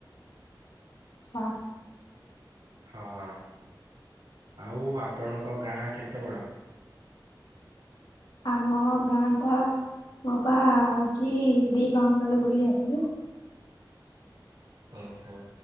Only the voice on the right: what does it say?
ହଁ ଆଉ ଆପଣଙ୍କ ଗାଁ କେତେ ବଡ଼?
ଓହୋ